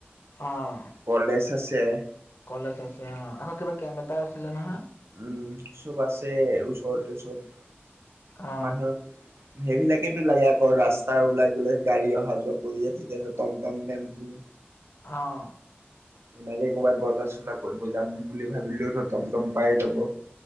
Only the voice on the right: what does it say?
কলেজ আছে
উম, চব আছে। ওচৰতে চব
মানুহৰ সেইবিলাকেতটো লাগে আকৌ ৰাস্তাৰ ওলাই গোলাই গাড়ী অহা যোৱা কৰিয়ে থাকে ন টমটম টেম্পু
সেনেকে ক'ৰবাত বজাৰ চজা কৰিব যাম বুলি ভাবিলেও টম টম পাই যাব।